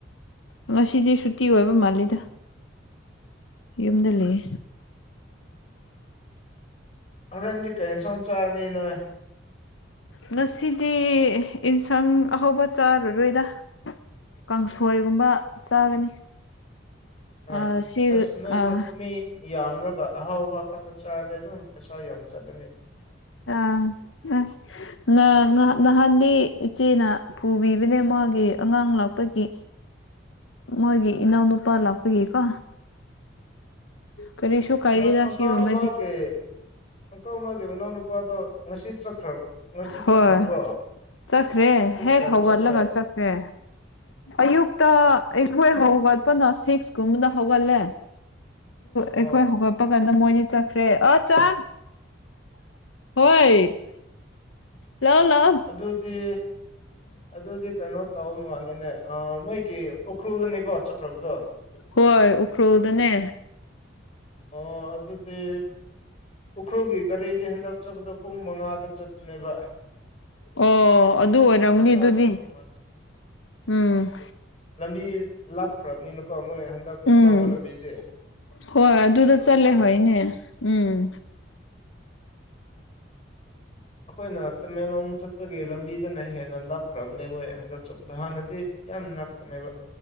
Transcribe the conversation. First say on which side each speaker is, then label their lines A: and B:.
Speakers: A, on the left; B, on the left.
A: ꯉꯁꯤꯗꯤ ꯁꯨꯇꯤ ꯑꯣꯏꯕ ꯃꯥꯜꯂꯤꯗ ꯌꯨꯝꯗ ꯂꯩ
B: ꯍꯣꯔꯦꯟꯗꯤ ꯀꯔꯤ ꯏꯟꯁꯥꯡ ꯆꯥꯔꯅꯤ ꯅꯣꯏ
A: ꯉꯁꯤꯗꯤ ꯌꯦꯟꯁꯥꯡ ꯑꯍꯥꯎꯧꯕ ꯆꯥꯔꯔꯣꯏꯗ ꯀꯥꯡꯁꯣꯏꯒꯨꯝꯕ ꯆꯥꯒꯅꯤ
B: ꯑ
A: ꯑꯥ ꯁꯤ
B: ꯑꯁ ꯅꯣꯏꯗꯣ
A: ꯑꯥ
B: ꯃꯤ ꯌꯥꯝꯂꯒ ꯑꯍꯥꯎꯕ ꯈꯛꯇ ꯆꯥꯔꯦ ꯑꯗꯨꯝ ꯄꯩꯁꯥ ꯌꯥꯝ ꯆꯠꯂꯅꯤ
A: ꯑꯥ ꯑ ꯅꯍꯥꯟꯗꯤ ꯏꯆꯦꯅ ꯄꯨꯕꯤꯕꯅꯦ ꯃꯥꯒꯤ ꯑꯉꯥꯡ ꯂꯥꯛꯄꯒꯤ ꯃꯣꯏꯒꯤ ꯏꯅꯥꯎꯅꯨꯄꯥ ꯂꯥꯛꯄꯒꯤꯀꯣ ꯀꯔꯤꯁꯨ ꯀꯥꯏꯗꯦꯗ
B: ꯀꯩꯅꯣ ꯑꯪꯀꯥ
A: ꯁꯤꯒꯨꯝꯕꯗꯤ
B: ꯑꯃꯒꯤ ꯑꯪꯀ ꯑꯃꯒꯤ ꯃꯅꯥꯎꯅꯨꯄꯥꯗꯣ ꯉꯁꯤ ꯆꯠꯈ꯭ꯔ ꯉꯁꯤ
A: ꯍꯣꯏ
B: ꯆꯠꯈ꯭ꯔꯕ꯭ꯔꯣ
A: ꯆꯠꯈ꯭ꯔꯦ
B: ꯄꯨꯡ
A: ꯍꯦꯛ
B: ꯀꯌꯥꯗ
A: ꯍꯧꯒꯠꯂꯒ
B: ꯆꯠꯈ꯭ꯔꯦ
A: ꯆꯠꯈ꯭ꯔꯦ ꯑꯌꯨꯛꯇ ꯑꯩꯈꯣꯏ ꯍꯧꯒꯠꯄꯅ ꯁꯤꯛꯁꯀꯨꯝꯕꯅ ꯍꯧꯒꯠꯂꯦ ꯑꯦꯣꯏꯦ
B: ꯑꯣ
A: ꯍꯒ ꯄ ꯀꯥꯟꯗ ꯃꯣꯏꯅꯤ ꯆꯠꯈ꯭ꯔꯦ ꯑ ꯆ ꯍꯣꯏ ꯂꯑꯣ ꯂꯑꯣ
B: ꯑꯗꯨꯗꯤ ꯑꯗꯨꯗꯤ ꯀꯩꯅꯣ ꯇꯧꯕ ꯃꯥꯜꯂꯦꯅꯦ ꯃꯣꯏꯒꯤ ꯎꯈ꯭ꯔꯨꯜꯗꯅꯦꯀꯣ ꯆꯠꯈ꯭ꯔꯕꯗꯣ
A: ꯍꯣꯏ ꯎꯈ꯭ꯔꯨꯜꯗꯅꯦ
B: ꯑꯣ ꯑꯗꯨꯗꯤ ꯎꯈ꯭ꯔꯨꯜꯒꯤ ꯒꯥꯔꯤꯗꯤ ꯍꯟꯗꯛꯆꯕꯗꯣ ꯄꯨꯡ ꯃꯉꯥꯗ ꯆꯠꯄꯅꯦꯕ
A: ꯑꯣ ꯑꯗꯨ ꯑꯣꯏꯔꯝꯒꯅꯤ
B: ꯑꯦ ꯉꯟꯇꯥ
A: ꯑꯗꯨꯗꯤ
B: ꯆꯠꯄ ꯃꯥꯜꯂꯦ
A: ꯎꯝ
B: ꯂꯝꯕꯤ ꯂꯥꯞꯈ꯭ꯔꯕꯅꯤꯅꯀꯣ ꯃꯣꯏ ꯍꯟꯗꯛ
A: ꯎꯝ
B: ꯑꯅꯧꯕ ꯂꯝꯕꯤꯗꯤ
A: ꯍꯣꯏ
B: ꯑꯗꯨ
A: ꯑꯗꯨꯗ
B: ꯆꯠꯈ꯭ꯔꯕ
A: ꯆꯠꯂꯦ
B: ꯃꯥꯜꯂꯦ
A: ꯍꯣꯏꯅꯦ ꯎꯝ
B: ꯑꯩꯈꯣꯏꯅ ꯇꯃꯦꯡꯂꯣꯡ ꯆꯠꯄꯒꯤ ꯂꯝꯕꯤ ꯁꯤꯅ ꯍꯦꯟꯅ ꯂꯥꯞꯈ꯭ꯔꯕꯅꯦ ꯃꯣꯏ ꯍꯟꯗꯛ ꯆꯠꯄꯗꯣ ꯍꯥꯟꯅꯗꯤ ꯌꯥꯝ ꯅꯛꯄꯅꯦꯕ